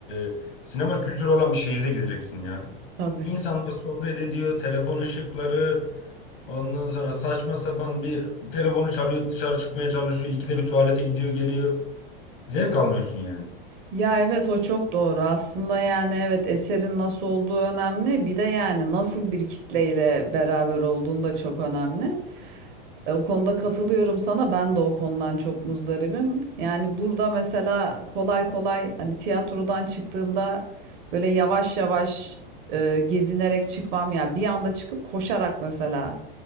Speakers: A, on the left; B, on the right.
A: e, sinema kültürü olan bir şehirde gideceksin ya.
B: Tabii.
A: İnsanlar sohbet ediyor, telefon ışıkları, ondan sonra saçma sapan bir telefonu çalıyor, dışarı çıkmaya çalışıyor, ikide bir tuvalete gidiyor, geliyor. Zevk almıyorsun yani.
B: Ya evet o çok doğru. Aslında yani evet eserin nasıl olduğu önemli. Bir de yani nasıl bir kitleyle beraber olduğun da çok önemli. E, O konuda katılıyorum sana. Ben de o konudan çok muzdaribim. Yani burada mesela kolay kolay hani tiyatrodan çıktığımda böyle yavaş yavaş e, gezinerek çıkmam ya. Bir anda çıkıp koşarak mesela